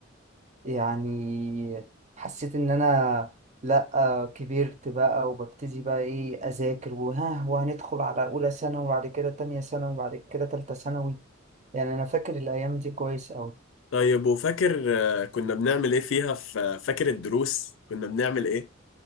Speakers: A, on the right; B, on the left.
A: يعني حسيت ان انا لا كبرت بقى وببتدي بقى ايه اذاكر وها وهندخل على اولى ثانوي وبعد كده تانية ثانوي وبعد كده تالتة ثانوي يعني انا فاكر الايام دي كويس قوي
B: طيب وفاكر آه، كنا بنعمل ايه فيها في فاكر الدروس كنا بنعمل ايه